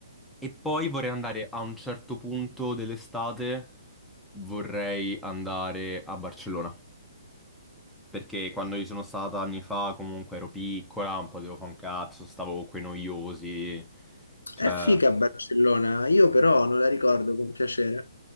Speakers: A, in the centre; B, on the left.
A: e poi vorrei andare a un certo punto dell'estate, vorrei andare a Barcellona. Perché quando io sono stata anni fa, comunque ero piccola, non potevo fare un cazzo, stavo con quei noiosi. Cioè,
B: È figa Barcellona, io però non la ricordo con piacere.